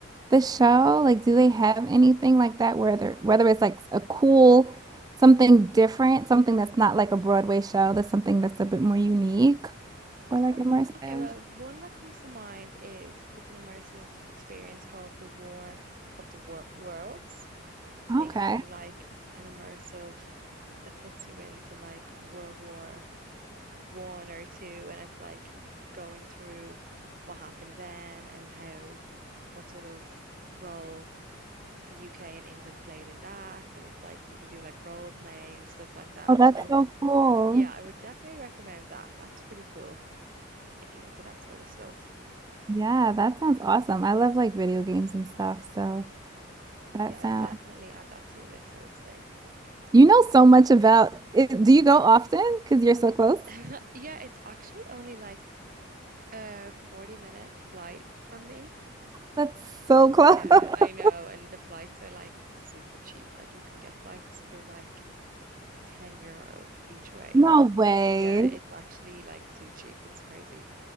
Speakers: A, on the right (about 20°); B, on the right (about 45°).
A: the show. Like do they have anything like that where they're whether it's like a cool something different, something that's not like a Broadway show, that's something that's a bit more unique or like
B: oh,
A: immersive.
B: okay, well, one that comes to mind is it's an immersive experience called The War of the Wor Worlds. It's basically
A: Okay.
B: like an immersive, it puts you into like World War One or two, and it's like going through what happened then and how what sort of role the UK and England played in that. And it's like you can do like role play and stuff like that.
A: Oh, that's
B: So
A: so cool.
B: yeah, I would definitely recommend that. That's pretty cool if you're into that sort of stuff.
A: Yeah, that sounds awesome. I love like video games and stuff, so that
B: Yeah,
A: sounds
B: definitely add that to your list, I would say.
A: You know so much about it. Do you go often? Because you're so close.
B: <laughs> Yeah, it's actually only like a 40 minute flight from me.
A: That's so
B: Yeah,
A: close. <laughs>
B: I know. And the flights are like super cheap. Like you can get flights for like 10 euro each way.
A: No way.
B: Yeah, it's actually like too cheap. It's crazy.